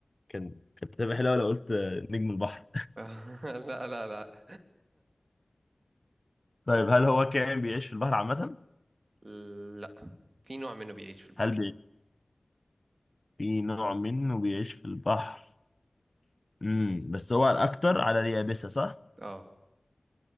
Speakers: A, on the left; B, on the right.
A: كان كانت هتبقى حلوه لو قلت نجم البحر
B: <laughs> لا لا لا
A: طيب هل هو كائن بيعيش في البحر عامة؟
B: <laughs> لا في نوع منه بيعيش في البحر
A: هل بي... في نوع منه بيعيش في البحر؟ امم بس هو الأكتر على اليابسة صح؟
B: اه